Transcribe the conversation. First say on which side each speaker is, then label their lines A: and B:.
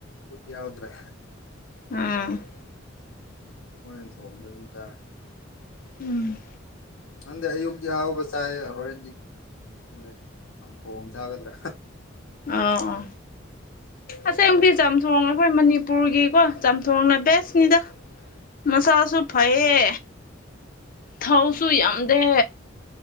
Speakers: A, on the left; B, on the left.
A: <unintelligible> ꯌꯥꯎꯗ꯭ꯔꯦ
B: ꯎꯝ
A: ꯃꯣꯏꯅ ꯊꯣꯡꯕꯗ ꯑꯗꯨꯝ ꯆꯥꯔꯦ
B: ꯎꯝ
A: ꯅꯪꯗꯦ ꯑꯌꯨꯛꯇ ꯑꯍꯥꯎꯕ ꯆꯥꯏ ꯍꯣꯔꯦꯟꯗꯤ ꯈꯪꯗꯦ ꯆꯝꯊꯣꯡ ꯆꯥꯒꯗ꯭ꯔꯥ
B: ꯑ ꯑ ꯑꯁꯦꯡꯕꯗꯤ ꯆꯝꯊꯣꯡ ꯑꯩꯈꯣꯏ ꯃꯅꯤꯄꯨꯔꯒꯤꯀꯣ ꯆꯥꯝꯊꯣꯡꯅ ꯕꯦꯁꯅꯤꯗ ꯃꯁꯥꯁꯨ
A: ꯎꯝ
B: ꯐꯩꯌꯦ ꯊꯥꯎꯁꯨ ꯌꯥꯝꯗꯦ